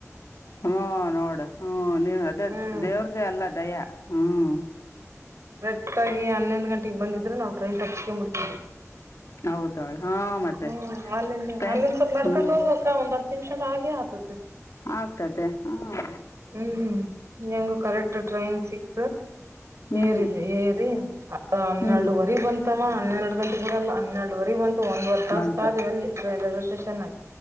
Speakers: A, on the left; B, on the right.
A: ಹ್ಮ ನೋಡ ಹ್ಮ ಹ್ಮ ನೀವ್ ಅದೇ
B: ಹ್ಮ್
A: ದೇವ್ರ್ದೇ ಅಲ್ಲ ದಯಾ ಹ್ಮ್
B: ಹಟ್ಟಾಗಿ ಹನ್ನೊಂದು ಗಂಟೆಗೆ ಬಂದಿದ್ರೆ ನಾವುಟ್ರೈನ್ ತಪುಸ್ಕಂಡ್ ಬಿಡ್
A: ಹೌದಾಳು ಹಾಂ ಮತ್ತೆ
B: ಹ್ಮ್ ಅಲ್ಲಿ
A: ಟೈಮ್
B: ಅಲ್ಲಿಂದ ಸ್ವಲ್ ನಡ್ಕೊಂಡು
A: ಹ್ಞೂ
B: ಹೋಗ್ಬೇಕಾ ಒಂದ್ ಹತ್ತು ಟೆನ್ಶನ್ ಆಗೆ ಆತತೆ
A: ಆಗ್ತದೆ ಹ
B: ಹ್ಮ್ ಹೆಂಗು ಕರೆಕ್ಟ್ ಟ್ರೈನ್ ಸಿಕ್
A: ಹ್ಞೂ
B: ಏರಿದ್ವಿ ಏರಿ ಹನ್ನೆರಡುುವರಿ
A: ಹ್ಞೂ
B: ಬಂದ್ ಹನ್ನೆರಡು ಗಟೆ ಕೂಡ ಅಲ್ಲ ಹನ್ನೆರಡುವರೆ ಓ. <unintelligible> ಒಂದ್ವರೆ ತಾಸ
A: ಬಂತು
B: ಕದ್ವಿ ರೈಲ್ವೆ ಸ್ಟೇಷನ್ಗ